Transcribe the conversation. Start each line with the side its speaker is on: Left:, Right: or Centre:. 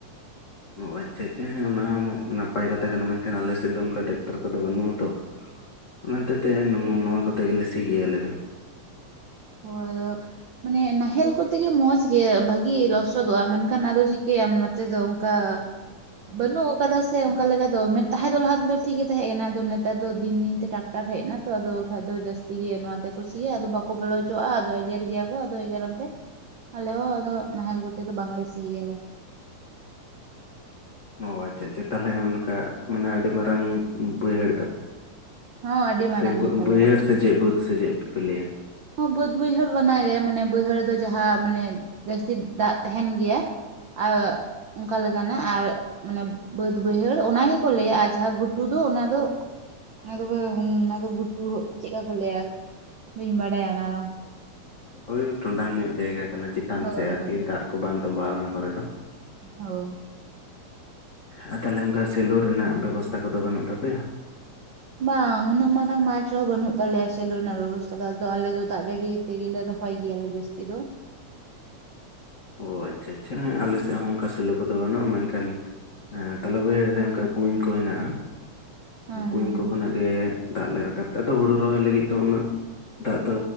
Left: ᱚ ᱟᱪᱪᱷᱟ ᱟᱪᱪᱷᱟ ᱦᱮᱸ ᱚᱱᱟ ᱦᱚᱸ ᱢᱚᱜ ᱱᱟᱯᱟᱭ ᱠᱟᱛᱷᱟ ᱠᱟᱱᱟ ᱢᱮᱱᱠᱷᱟᱱ ᱟᱞᱮᱥᱮᱜ ᱫᱚ ᱚᱱᱠᱟ ᱴᱮᱠᱴᱟᱨ ᱠᱚᱫᱚ ᱵᱟᱹᱱᱩᱜ-ᱟ ᱛᱚ᱾ ᱚᱱᱟ ᱦᱚᱛᱮᱡ ᱛᱮ ᱱᱚᱢᱚ ᱱᱚᱣᱟ ᱠᱚᱛᱮ ᱜᱮᱞᱮ ᱥᱤ ᱜᱮᱭᱟ ᱟᱞᱮ ᱫᱚ᱾
Right: ᱦᱳᱭ ᱟᱫᱚ ᱢᱟᱱᱮ ᱱᱟᱦᱮᱞ ᱠᱚ ᱛᱮᱜᱮ ᱢᱚᱸᱡᱽ ᱜᱮ ᱵᱷᱟᱜᱤ ᱞᱚᱥᱚᱫᱚᱜ-ᱟ ᱢᱮᱱ ᱠᱷᱟᱱ ᱟᱫᱚ ᱪᱤ ᱠᱮᱭᱟᱢ ᱱᱚᱛᱮ ᱫᱚ ᱚᱝᱠᱟ ᱵᱟᱹᱱᱩᱜ ᱟᱠᱟᱫᱟ ᱥᱮ ᱚᱝᱠᱟ ᱞᱮᱠᱟ ᱫᱚ ᱢᱮᱱ ᱛᱟᱦᱮᱸ ᱫᱚ ᱞᱟᱦᱟ ᱛᱮᱫᱚ ᱴᱷᱤᱠ ᱜᱮ ᱛᱮᱦᱮᱜ ᱠᱟᱱᱟ ᱟᱫᱚ ᱱᱮᱛ ᱱᱮᱛᱟᱨ ᱫᱚ ᱫᱤᱱ ᱫᱤᱱ ᱛᱮ ᱴᱟᱠᱴᱟᱨ ᱦᱮᱡ ᱮᱱᱟ ᱛᱚ ᱟᱫᱚ ᱠᱷᱟᱱᱡ ᱫᱚ ᱡᱟᱹᱥᱛᱤ ᱜᱮ ᱱᱚᱣᱟᱛᱮ ᱠᱩᱥᱜᱼᱟ ᱟᱫᱚ ᱵᱟᱠᱚ ᱵᱚᱞ ᱪᱚᱜᱼᱟ ᱟᱫᱚ ᱮᱜᱮᱨ ᱜᱮᱭᱟ ᱠᱚ ᱮᱜᱮᱨ ᱟᱠᱚ ᱟᱞᱮ ᱦᱚᱸ ᱟᱫᱚ ᱱᱟᱦᱮᱞ ᱠᱚᱛᱮ ᱫᱚ ᱵᱟᱝᱞᱮ ᱥᱤ ᱜᱮᱭᱟᱞᱮ᱾
Left: ᱚ ᱟᱪᱪᱷᱟ ᱟᱪᱪᱷᱟ ᱛᱟᱦᱚᱞᱮ ᱚᱱᱠᱟ ᱢᱟᱱᱮ ᱟᱹᱰᱤ ᱢᱟᱨᱟᱝ ᱵᱟᱹᱭᱦᱟᱹᱲ ᱛᱟᱯᱮ᱾
Right: ᱦᱚᱸ ᱟᱹᱰᱤ ᱢᱟᱨᱟᱝ
Left: ᱥᱮ
Right: ᱜᱮᱛᱟᱞᱮ
Left: ᱵᱟᱹᱭᱦᱟᱹᱲ ᱥᱮ ᱪᱮᱫ ᱵᱟᱹᱫᱽ ᱥᱮ ᱪᱮᱫ ᱯᱮ ᱞᱟᱹᱭᱟ?
Right: ᱵᱟᱹᱫᱽ ᱵᱟᱹᱭᱦᱟᱹᱲ ᱚᱱᱟ ᱜᱮ ᱢᱟᱱᱮ ᱵᱟᱹᱭᱦᱟᱹᱲ ᱫᱚ ᱡᱟᱦᱟᱸ ᱢᱟᱱᱮ ᱡᱟᱹᱥᱛᱤ ᱫᱟᱜ ᱛᱟᱦᱮᱱ ᱜᱮᱭᱟ᱾ ᱟᱨ ᱚᱱᱠᱟ ᱞᱮᱠᱟᱱᱟᱜ ᱟᱨᱼᱼ ᱢᱟᱱᱮ ᱵᱟᱹᱫᱽ ᱵᱹᱭᱦᱮᱹᱲ ᱚᱱᱟ ᱜᱮᱠᱚ ᱞᱟᱹᱭᱟ ᱟᱨ ᱡᱟᱦᱟᱸ ᱜᱷᱩᱴᱩ ᱫᱚ ᱚᱱᱟ ᱫᱚᱼᱼ ᱚᱱᱟ ᱫᱚ ᱚᱱᱟ ᱫᱚ ᱜᱷᱩᱴᱩ ᱪᱮᱫᱠᱟ ᱠᱚ ᱞᱟᱹᱭᱟ ᱵᱟᱹᱧ ᱵᱟᱲᱟᱭᱟ ᱚᱱᱟ ᱫᱚ᱾
Left: ᱳᱭ ᱴᱚᱸᱰᱟᱝ ᱧᱚᱜ ᱡᱟᱭᱜᱟ ᱠᱟᱱᱟ ᱪᱮᱛᱟᱱ
Right: ᱦᱳᱭ
Left: ᱥᱮᱫ ᱟᱨᱠᱤ
Right: ᱦᱳᱭ
Left: ᱫᱟᱜ ᱠᱚ ᱵᱟᱝ ᱛᱚᱸᱵᱟᱜᱼᱟ ᱚᱱᱟ ᱠᱚᱨᱮ ᱫᱚ᱾
Right: ᱦᱳᱭ᱾
Left: ᱟᱨ ᱛᱟᱦᱚᱞᱮ ᱚᱱᱠᱟ ᱥᱮᱞᱚ ᱨᱮᱱᱟᱜ ᱵᱮᱵᱚᱥᱛᱷᱟ ᱠᱚᱫᱚ ᱵᱟᱹᱱᱩᱜ ᱛᱟᱯᱮᱭᱟ?
Right: ᱵᱟᱝ ᱩᱱᱟᱹᱜ ᱢᱟᱨᱟᱝ ᱢᱟᱴᱷ ᱨᱮᱦᱚᱸ ᱵᱟᱹᱱᱩᱜ ᱛᱟᱞᱮᱭᱟ ᱥᱮᱞᱚ ᱨᱮᱱᱟᱜ ᱵᱮᱵᱚᱥᱛᱷᱟ ᱫᱚ ᱟᱫᱚ ᱟᱞᱮᱚ ᱫᱟᱜ ᱡᱟᱹᱲᱤᱼᱼ ᱛᱮᱜᱮ ᱞᱮ ᱨᱚᱦᱚᱣ ᱜᱮᱭᱟ ᱞᱮ ᱡᱟᱥᱛᱤ ᱫᱚ᱾
Left: ᱚ ᱟᱪᱪᱷᱟ ᱟᱪᱪᱷᱟ ᱟᱞᱮᱥᱮᱫ ᱦᱚᱸ ᱚᱱᱠᱟ ᱥᱮᱞᱳ ᱠᱚᱫᱚ ᱵᱟᱹᱱᱩᱜᱼᱟ ᱢᱮᱱᱠᱷᱟᱱᱼᱼ ᱦᱮᱸ ᱛᱟᱞᱟ ᱵᱟᱭᱦᱟᱹᱲ ᱨᱮ ᱚᱱᱠᱟ ᱠᱩᱧ ᱠᱚ ᱦᱮᱱᱟᱜᱼᱟ
Right: ᱦᱮᱸ
Left: ᱠᱩᱧ
Right: ᱦᱮᱸ
Left: ᱠᱚ
Right: ᱦᱮᱸ
Left: ᱠᱷᱚᱱᱟᱜ ᱼᱼ ᱜᱮ ᱫᱟᱜ ᱞᱮ ᱨᱟᱠᱟᱵ ᱫᱚ ᱟᱫᱚ ᱦᱩᱲᱩ ᱨᱚᱦᱚᱭ ᱞᱟᱹᱜᱤᱫ ᱫᱚ ᱩᱱᱟᱹᱜᱼᱼ ᱫᱟᱜ ᱫᱚ